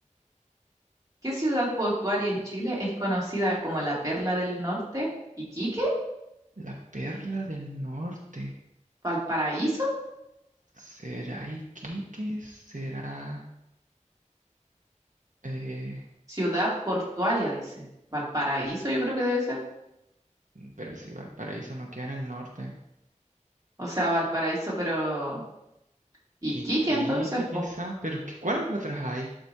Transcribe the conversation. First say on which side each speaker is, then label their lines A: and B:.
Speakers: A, on the right; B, on the right.
A: ¿Qué ciudad portuaria en Chile es conocida como la Perla del Norte? ¿Iquique?
B: La perla del norte.
A: ¿Valparaíso?
B: ¿Será Iquique? ¿Será... eh,
A: Ciudad portuaria, dice. Valparaíso yo creo que debe ser.
B: pero si Valparaíso no queda en el norte.
A: O sea, Valparaíso, pero... ¿Iquique
B: Iquique
A: entonces,
B: quizá.
A: po?
B: Pero es que ¿cuáles otras hay?